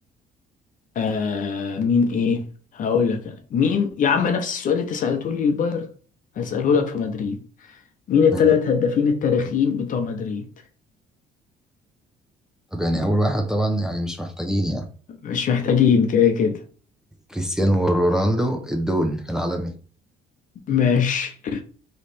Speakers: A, on the left; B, in the centre.
A: آه مين ايه هقول لك انا مين يا عم نفس السؤال اللي انت سألته لي البايرن هسأله لك في مدريد مين الثلاث
B: ماشي.
A: هدافين التاريخيين بتوع مدريد
B: طب يعني أول واحد طبعا يعني مش محتاجين يعني
A: مش محتاجين كده كده
B: كريستيانو رونالدو الدون العالمي
A: ماشي